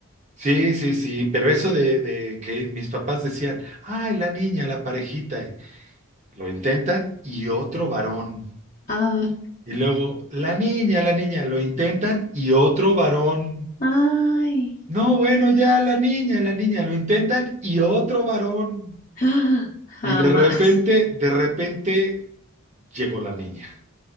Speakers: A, on the right; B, on the left.
A: Sí, sí, sí, pero eso de, de que mis papás decían, ay, la niña, la parejita, eh, lo intentan y otro varón.
B: Ah,
A: Y luego, la niña, la niña, lo intentan y otro varón.
B: ay,
A: No, bueno, ya la niña, la niña, lo intentan y otro varón.
B: <gasps> ah, jamás.
A: Y de repente, de repente llegó la niña.